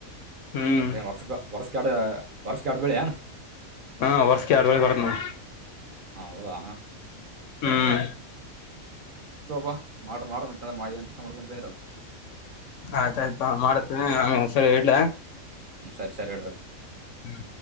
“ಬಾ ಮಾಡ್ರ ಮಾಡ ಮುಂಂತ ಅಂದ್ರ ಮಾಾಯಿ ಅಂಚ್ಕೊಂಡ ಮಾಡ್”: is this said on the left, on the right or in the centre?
Right